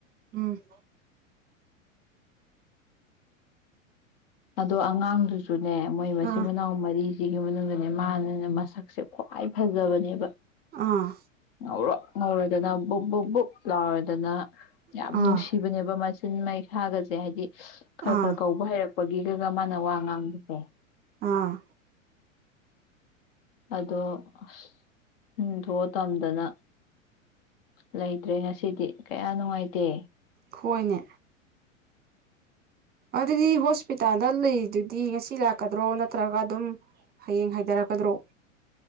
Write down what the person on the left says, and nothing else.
ꯑꯗꯣ ꯑꯉꯥꯡꯗꯨꯁꯨ ꯇꯨꯅꯦ ꯃꯣꯏ ꯃꯆꯤꯟ
ꯃꯅꯥꯎ ꯃꯔꯤ ꯁꯤꯒꯤ ꯃꯅꯨꯡꯗꯅꯦ ꯃꯥꯅꯅꯦ ꯃꯁꯛꯁꯦ ꯈ꯭ꯋꯥꯏ ꯐꯖꯕꯅꯦꯕ
ꯉꯧꯔꯣ ꯉꯧꯔꯗꯅ ꯕꯨꯛ ꯕꯨꯛ ꯕꯨꯛ ꯂꯥꯎꯔꯗꯅ ꯌꯥꯝ
ꯅꯨꯡꯁꯤꯕꯅꯦꯕ ꯃꯥ ꯁꯤꯟ ꯃꯩꯈꯥꯒꯁꯦ ꯍꯥꯏꯗꯤ ꯈꯔ
ꯈꯔ ꯀꯧꯕ ꯍꯩꯔꯛ ꯂꯄꯒꯤꯒ ꯃꯥꯅ ꯋꯥ ꯉꯥꯡꯕꯁꯦ
ꯑꯗꯣ ꯑꯁꯨꯝ ꯊꯣꯛꯑꯣ ꯇꯝꯗꯅ ꯂꯩꯗ꯭ꯔꯦ ꯉꯁꯤꯗꯤ ꯀꯌꯥ ꯅꯨꯡꯉꯥꯏꯇꯦ